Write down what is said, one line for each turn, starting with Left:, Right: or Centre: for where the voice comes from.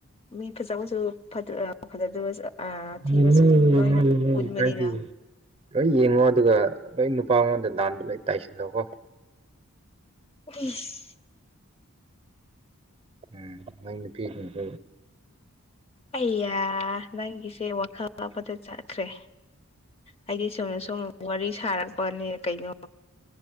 Left: ꯃꯤ ꯐꯖꯕꯁꯨ ꯑꯥ ꯐꯖꯗꯕꯁꯨ ꯑꯥ ꯊꯤꯕꯁꯨ
Right: ꯌꯦꯡꯉꯣ
Left: ꯑꯗꯨꯝ ꯂꯣꯏꯅ
Right: ꯌꯦꯡꯉꯣ
Left: ꯄꯨꯟꯕꯅꯤꯅ
Right: ꯀꯥꯏꯗꯦ ꯂꯣꯏ ꯌꯦꯡꯉꯣ ꯑꯗꯨꯒ ꯂꯣꯏ ꯅꯨꯄꯥ ꯑꯩꯉꯣꯟꯗ ꯂꯥꯟꯕ ꯂꯣꯏ ꯇꯥꯏꯁꯤꯜꯂꯣꯀꯣ
Left: ꯒꯤꯁ
Right: ꯎꯝ ꯅꯣꯏ ꯅꯨꯄꯤ ꯁꯤꯡꯁꯨ
Left: ꯑꯩꯌꯥ ꯅꯪꯒꯤꯁꯦ ꯋꯥꯈꯜ ꯑꯃꯗ ꯆꯠꯈ꯭ꯔꯦ ꯑꯩꯗꯤ ꯆꯨꯝꯅ ꯁꯨꯝ ꯋꯥꯔꯤ ꯁꯥꯔꯛꯄꯅꯦ ꯀꯩꯅꯣ